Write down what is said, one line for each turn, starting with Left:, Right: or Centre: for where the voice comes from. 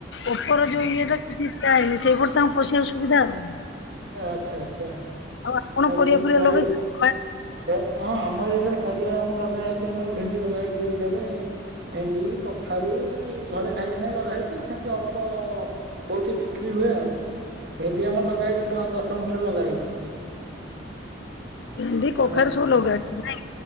Left: ଉପର
Right: ହୁଁ
Left: ଯୋଉ ଇଏଟା ଜି ଟାଇମ୍ ସେଇପଟ ତମ ପଶିବାକୁ ସୁବିଧା ଆଉ।
Right: ଆଛା ଆଛା ତା
Left: ଆଉ ଆପଣ ପରିବା
Right: ଯଦି
Left: ଫରିବା
Right: କଲ୍
Left: ଲଗେଇଛନ୍ତି?
Right: ଆ ପଲ୍ ହଁ ଆମର ହେକରେ ପରିବା ଆମ ଲଗା ହେଇଚି ଆମର ଭେଣ୍ଡି ଲଗା ହେଇଚି ବିଲରେ। ଭେଣ୍ଡି କଖାରୁ ଏଇ ଘରେ ଖାଇବା ନାଇ ଲଗା ହେଇଛି ତ ସେମିତି ଅଳ୍ପ ବହୁତ ବିକ୍ରି ହୁଏ ଆଉ ଭେଣ୍ଡି ଆମର ଲଗା ହେଇଛି ଦଶ ଗଣ୍ଠରେ ଲଗା ହେେଇଛି
Left: ଭେଣ୍ଡି କଖାରୁ
Right: ହେଲା କି
Left: ସବୁ ଲଗାନ୍ତି ନାଇଁ